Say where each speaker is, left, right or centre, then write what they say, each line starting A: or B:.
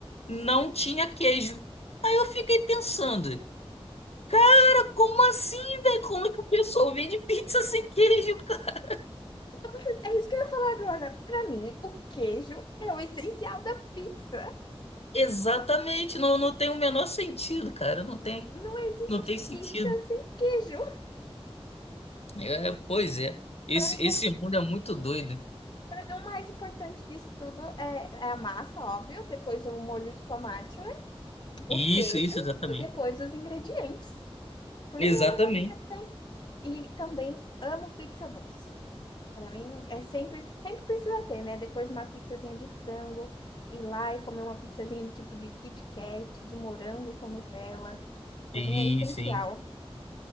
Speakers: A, on the left; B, on the left.
A: não tinha queijo. Aí eu fiquei pensando, cara, como assim, velho? Como é que o pessoal vende pizza sem queijo, cara?
B: Matheus, É isso que eu ia falar agora. Pra mim, o queijo é o essencial da pizza.
A: Exatamente, não, não tem o menor sentido, cara. Não tem,
B: Não existe
A: não tem sentido.
B: pizza sem queijo.
A: É, pois é. Esse,
B: Para mim,
A: esse
B: o,
A: mundo é muito doido.
B: pra- é o mais importante disso tudo é, é a massa, óbvio, depois o molho de tomate, né? O
A: Isso,
B: queijo
A: isso, exatamente.
B: e depois os ingredientes. Para
A: Exatamente.
B: mim é a melhor coisa que tem. E também amo pizza doce. Para mim é sempre, sempre precisa ter, né? Depois de uma pizzazinha de frango, ir lá e comer uma pizzazinha tipo de Kit Kat, de morango com Nutella. Para
A: Sim,
B: mim é essencial.
A: sim.